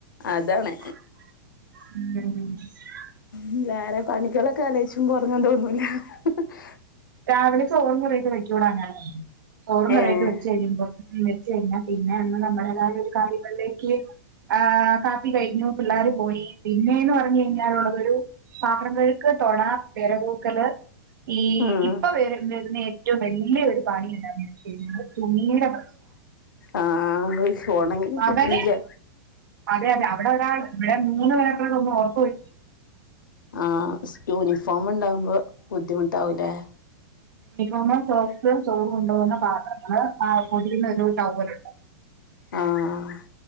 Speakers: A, on the left; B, on the right.
A: അതാണ്
B: ഉം <inaudible>
A: ഉം വേറെ പണികളൊക്കെ ആലോയ്ച്ചുംമ്പോ ഒറങ്ങാൻ തോന്നൂല്ല ഹ് ഹ്
B: രാവിലെ ചോറും കറിയൊക്കെ കഴിക്കോടാ ഞാൻ ചോററും കറിയൊക്കെ
A: ഏഹ്
B: വെച്ച്കഴിമ്പം നന്നവെച്ചി കഴിഞ്ഞാൽ പിന്നെ നമ്മള് നമ്മുടെതായ ഒരു കാര്യങ്ങളിലേക്ക് ആഹ് കാപ്പി കയിഞ്ഞു പിള്ളേര് പോയി പിന്നേന്ന് പറഞ്ഞു കഴിഞ്ഞാലുള്ളതൊരു പാത്രം കഴുക്ക് തൊടാം പെര തൂക്കല് ഈ
A: ഉം
B: ഇപ് <unintelligible> ന്ന ഏറ്റവും വലിയ ഒരു പണി ണ്ടാവും വെച്ച്കഴിഞ്ഞാൽ തുണിയുടെ പ്രശ്നം
A: ആഹ് ഹോയ് ഫോണെങ്കി കിട്ട്ണ്ല്യ
B: അവനെ അതെ അതെ അവടെ ഒരാൾ ഇവിടെ മൂന്ന് പേർക്ക ഒന്നും ഓഫ് വെ
A: ആഹ് സ് യൂണിഫോം ഇണ്ടാവുമ്പോ ബുദ്ധിമുട്ടാവൂലേ
B: യൂണിഫോം സോക്സ് ചോറ്ണ്ടോ വുന്ന പാത്രങ്ങള് ആഹ് പൊതിയുന്നൊരു ടവ്വലുണ്ട്
A: ആഹ് ആഹ്